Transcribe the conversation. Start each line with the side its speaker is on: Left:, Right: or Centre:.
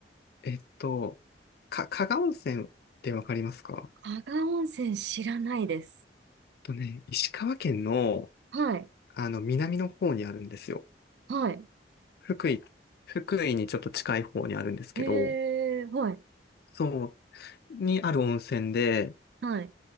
Left: えっと、か、加賀温泉ってわかりますかえっ
Right: 加賀温泉知らないです。
Left: とね、石川県の、
Right: はい。
Left: あの、南の方にあるんですよ。
Right: はい。
Left: 福井、福井にちょっと近い方にあるんですけど、
Right: へえ、はい、
Left: そう、にある温泉で、
Right: はい、